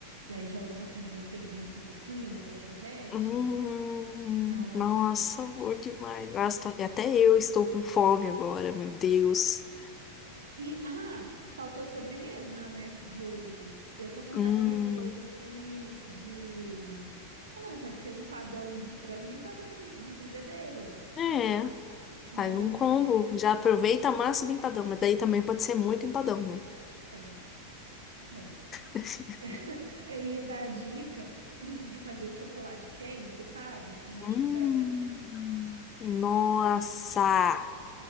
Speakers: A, on the right (about 70°); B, on the left (about 25°).
A: E aí joga um pouquinho de manteiguinha assim por cima, ela derrete,
B: Hum,
A: nossa.
B: nossa, bom demais. Nossa, tô- até eu estou com fome agora, meu Deus.
A: E, ah, faltou a sobremesa, né, de hoje. Eu tô com vontade
B: Hum,
A: de comer bolo de, de... Ah, não, pode ser empadão de frango, e empadão de, de brigadeiro.
B: é,
A: Mas
B: faz um
A: eu ia
B: combo.
A: te dar...
B: Já aproveita a massa do empadão, mas daí também pode ser muito empadão, né?
A: É, é.
B: <laughs>
A: <laughs> Eu ia dar a dica de fazer o chocolate quente, sabe? Com marshmallow.
B: Hum, nossa,